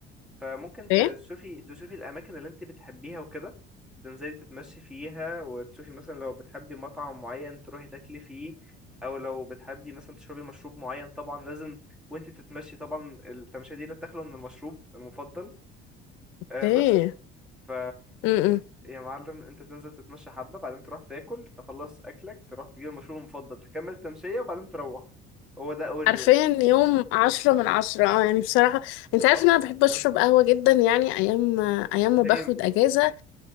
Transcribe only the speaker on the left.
ايه
ايه
امم
عارفين
يوم عشرة من عشرة اه يعني بصراحة انت عارف
ان انا بحب
اشرب قهوة جدا يعني ايام ايام ما
باخد اجازة